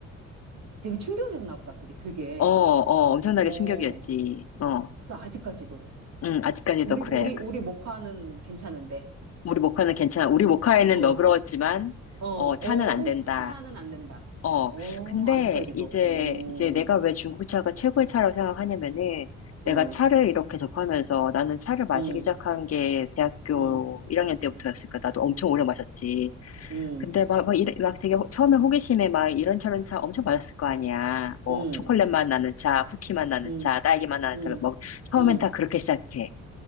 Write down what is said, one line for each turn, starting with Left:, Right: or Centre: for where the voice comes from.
Right: 되게 충격이었나 보다. 그게 되게.
Left: 어, 어, 엄청나게
Right: 어,
Left: 충격이었지. 어,
Right: 그 아직까지도.
Left: 응, 아직까지도
Right: 우리,
Left: 그래.
Right: 우리, 우리 모카는 괜찮은데.
Left: 우리 모카는 괜찮아. 우리 모카에는
Right: <laughs>
Left: 너그러웠지만,
Right: 어,
Left: 어, 차는
Right: 어,
Left: 안
Right: 홍,
Left: 된다.
Right: 차는 안 된다.
Left: 어,
Right: 어,
Left: 근데
Right: 아직까지도.
Left: 이제,
Right: 오,
Left: 이제 내가 왜 중국차가 최고의 차라고 생각하냐면은 내가
Right: 응,
Left: 차를 이렇게 접하면서 나는 차를 마시기
Right: 응,
Left: 시작한 게 대학교
Right: 응,
Left: 1학년 때부터였으니까 나도 엄청 오래 마셨지.
Right: 응,
Left: 근데 막, 막, 이래- 막 되게 호- 처음에 호기심에 막 이런저런 차 엄청 마셨을 거 아니야. 뭐
Right: 응,
Left: 초콜릿 맛 나는 차, 쿠키 맛 나는
Right: 응,
Left: 차, 딸기 맛 나는
Right: 응,
Left: 차, 뭐 처음엔
Right: 응,
Left: 다 그렇게 시작해.